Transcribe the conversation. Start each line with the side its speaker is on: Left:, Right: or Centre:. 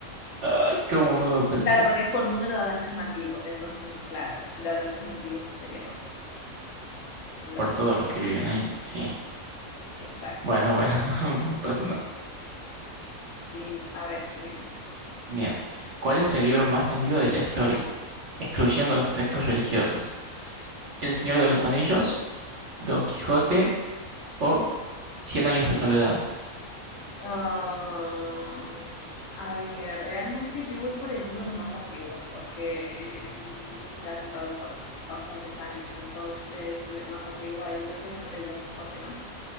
Right: Ay, cómo no lo pensé.
Left: Claro, porque es por número de hablantes nativos. Entonces, claro, de hablantes nativos, pues sería por China. Mandarín.
Right: Por todos los que viven ahí. Sí.
Left: Exacto.
Right: Bueno, bueno, <laughs> no pasa nada.
Left: Sí, a ver, siguiente.
Right: Bien, ¿cuál es el libro más vendido de la historia, excluyendo los textos religiosos? ¿El Señor de los Anillos, Don Quijote o Cien años de soledad?
Left: Ah, a ver, realmente yo voy por el uno de los más antiguos, porque mm, se ha comprado por bastantes años, entonces el más antiguo ahí creo que es do- el Don Quijote, ¿no?